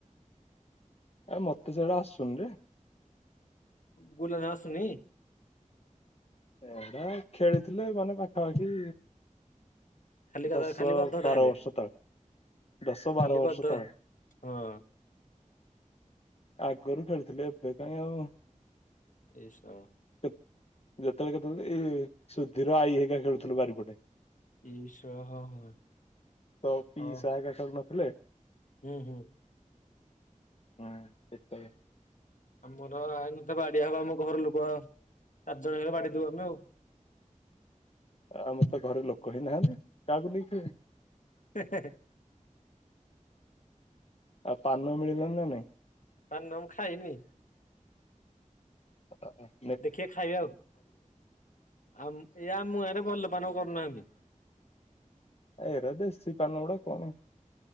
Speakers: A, on the left; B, on the left.
A: ଏ ମତେ ସେଇଡ଼ା ଆସୁନିରେ।
B: ହୁଁ <unintelligible> ଆସୁନି।
A: ଏଇଟା ଖେଳିଥିଲେ ମାନେ ପାଖାପାଖି
B: ଖାଲି ଗଧ,
A: ଦଶ
B: ଖାଲି ଗଧ
A: ବାର
B: ତାହେଲେ
A: ବର୍ଷ ତଳେ, ଦଶ ବାର
B: ଖାଲି ଗଧ
A: ବର୍ଷ ତଳେ।
B: ହଁ।
A: ଆଗରୁ ଖେଳୁଥିଲେ, ଏବେ କାଇଁ ଆଉ
B: ଏଇ ସ
A: କେ-ଯେତେବେଳେ କେତେବେଳେ ଏ ସୁଧିର ଆଈ ହେକା ଖେଳୁଥୁଲୁ ବାରିପଟେ।
B: ଈଶ ହଁ, ହଁ।
A: ତ ପିଇସା
B: ଅ
A: ହେରକା ସବୁ ନଥିଲେ।
B: ହୁଁ ହୁଁ
A: ହଁ ସେତଳେ।
B: ଆମର ଆ ନଥା ବାଡିଆ ହବ ଆମ ଘର ଲୋକ ଚାରିଜଣ ହେଇଗଲେ ବାଡିଦଉ ଆମେ ଆଉ।
A: ଆମର ତ ଘରେ ଲୋକ ହିଁ ନାହାନ୍ତି କାହାକୁ ନେଇକି ଖେଳିବେ?
B: ହେ, ହେ, ହେ।
A: ଆଉ ପାନ ମିଳିଲାନି ନା ନାଇଁ?
B: ପାନ ମୁଁ ଖାଇନି।
A: ଓ ହୋ।
B: ଦେଖିଆ ଖାଇବା ଆଉ ଆମ ଇଏ ଆମ ଗାଁ ରେ ଭଲ ପାନ କରୁନାହାନ୍ତି।
A: ଏରା ଦେଶୀ ପାନ ଉଡ଼ା କଣ।